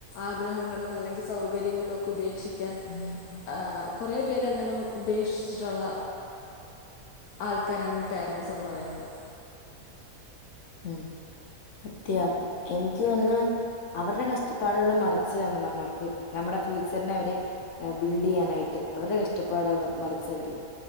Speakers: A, on the left; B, on the left.
A: ആഗ്രഹങ്ങളും അല്ലെങ്കിൽ സൗകര്യങ്ങളും ഒക്കെ ഉപേക്ഷിക്കാൻ
B: <unintelligible>
A: ആഹാ കുറെ പേര് അങ്ങനെ ഉപേക്ഷിച്ചിട്ടുള്ള ആൾക്കാരാണ് ഈ പേരൻസ്ന്ന് പറയുന്നത്
B: ഉും സത്യം എനിക്ക് വന്നാ അവരുടെ കഷ്ടപ്പാടുകൾ മറച്ചി അണ് നമ്മുക്ക് നമ്മുടെ ഫ്യൂച്ചറിനെ അവരെ ബിൽഡ് യ്യാനായിട്ട് അവരുടെ കഷ്ടപ്പാട്കള മറച്ച് അവര്